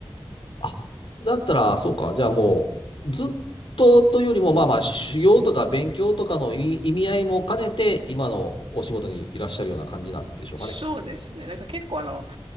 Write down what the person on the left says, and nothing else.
あ。あ、だったら、そうか。じゃあもう、ずっとというよりも、まあまあ、修行とか勉強とかの意味意味合いも兼ねて、今のお仕事にいらっしゃるような感じなんでしょうかね。